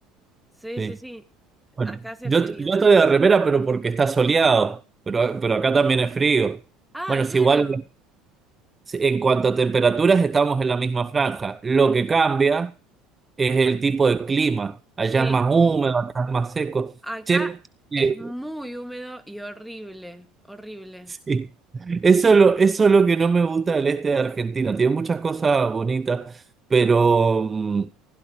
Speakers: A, in the centre; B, on the right.
A: Sí,
B: Sí.
A: sí, sí.
B: Bueno,
A: Acá hace
B: yo,
A: frío.
B: yo estoy de remera, pero porque está soleado, pero, pero acá también es frío.
A: Ah,
B: Bueno, es
A: claro.
B: igual Sí, En cuanto a temperaturas, estamos en la misma franja. Lo que cambia es el tipo de clima. Allá
A: Sí.
B: es más húmedo, acá es más seco.
A: Acá
B: Che, eh,
A: es muy húmedo y horrible. Horrible.
B: sí. Eso es lo, eso es lo que no me gusta del este de Argentina. Tiene muchas cosas bonitas, pero mm,